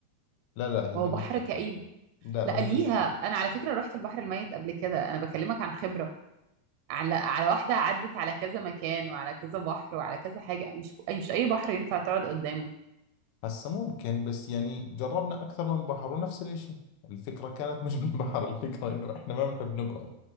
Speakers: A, on the left; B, on the right.
A: لا لا هي
B: هو
A: ملهاش
B: بحر
A: دخل
B: كئيب
A: لا
B: لا
A: ملهاش
B: ليها
A: دخل
B: انا على فكره رحت البحر الميت قبل كده انا بكلمك عن خبره على على واحدة عدت على كذا مكان وعلى كذا بحر وعلى كذا حاجة مش أي مش أي بحر ينفع تقعد قدامه
A: هسه ممكن بس يعني جربنا أكثر من بحر ونفس الإشي الفكرة كانت مش <laughs> من بحر الفكرة إنه إحنا ما بنحب نقعد